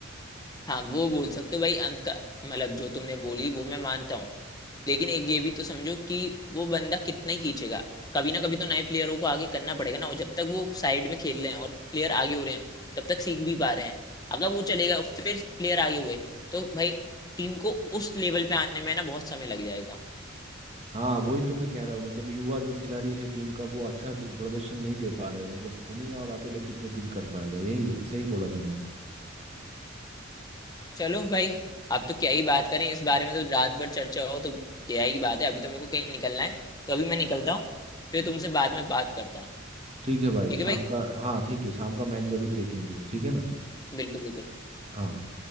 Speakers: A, on the left (about 20°); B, on the right (about 30°).
A: हाँ वो बोल सकते हो भाई अंत का मतलब जो तुमने बोली वो मैं मानता हूँ लेकिन एक ये भी तो समझो कि वो बंदा कितना ही खींचेगा कभी ना कभी तो नए प्लेयरों को आगे करना पड़ेगा ना और जब तक वो साइड में खेल रहे हैं और प्लेयर आगे हो रहे हैं तब तक सीख भी पा रहे हैं अगर वो चलेगा और फिर प्लेयर आगे हुए तो भाई टीम को उस लेवल पे आने में ना बहुत समय लग जाएगा
B: हाँ वही तो मैं कह रहा हूँ मतलब युवा जो खिलाड़ी है टीम का वो अच्छा द- प्रदर्शन नहीं दे पा रहे मतलब धोनी और अकेले कितने दिन कर पाएगा यही है सही बोला तुमने
A: चलो भाई अब तो क्या ही बात करें इस बारे में तो रात भर चर्चा हो तो क्या ही बात है अभी तो मेरे को कहीं निकलना है तो अभी मैं निकलता हूँ फिर तुमसे बाद में बात करता हूँ
B: ठीक है भाई
A: ठीक है
B: शाम
A: भाई
B: का हाँ ठीक है शाम का मैच जरूर देखेंगे ठीक है ना
A: बिल्कुल बिल्कुल
B: हाँ हाँ